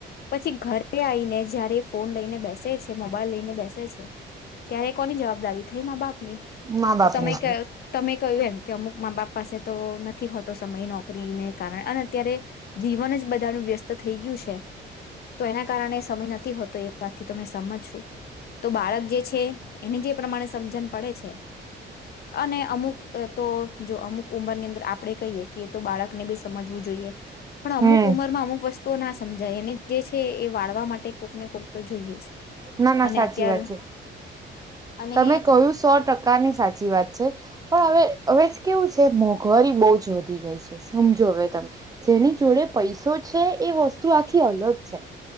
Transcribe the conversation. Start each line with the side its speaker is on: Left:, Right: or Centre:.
Left: પછી ઘરે આઈને જયારે એ ફોન લઈને બેસે છે, મોબાઈલ લઈને બેસે છે ત્યારે કોની જવાબદારી થઈ મા બાપ ની
Right: મા
Left: તો
Right: બાપની થઈ
Left: તમે કય કહ્યું એમ મા બાપ પાસે તો નથી હોતો સમય નોકરીને કારણે અને અત્યારે જીવન જ બધાનું વ્યસ્ત થઈ ગયું છે તો એના કારણે સમય નથી હોતો એ વાતથી તો મે સંમત છું. તો બાળક જે છે એને જે પ્રમાણે સમજણ પડે છે અને અમુક અ જો અમુક ઉંમર અંદર આપણે કહીએ કે એ તો બાળકને બી સમજવું જોઈએ પણ
Right: હમ
Left: અમુક ઉંમર માં અમુક વસ્ તો ના સમજાય એને જે છે એ વાળવા માટે કોકને કોક તો જોઈએ જ
Right: ના ના
Left: અને
Right: સાચી
Left: અત્યાર
Right: વાત છે
Left: અને
Right: તમે કહ્યું સો ટકાની સા <unintelligible> વાત પણ હવે હવે કેવું છે, મોંઘવારી બહ જ વધી ગઈ છે, સમજો હવે તમે જેની જોડે પૈસો છે, એ વસ્તુ આખી અલગ છે.